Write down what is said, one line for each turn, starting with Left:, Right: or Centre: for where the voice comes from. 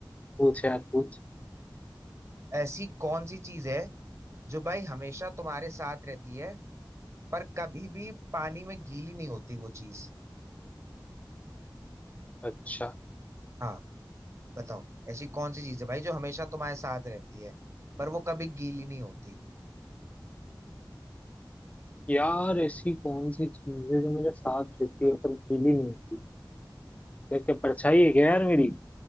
Left: पूछ यार पूछ
Right: ऐसी कौन सी चीज है जो भाई हमेशा तुम्हारे साथ रहती है पर कभी भी पानी में गीली नहीं होती वो चीज
Left: अच्छा
Right: हाँ बताओ ऐसी कौन सी चीज है भाई जो हमेशा तुम्हारे साथ रहती है पर वो कभी गीली नहीं होती
Left: यार ऐसी कौन सी चीज है जो मेरे साथ रहती है पर गीली नहीं होती यार क्या परछाई है क्या यार मेरी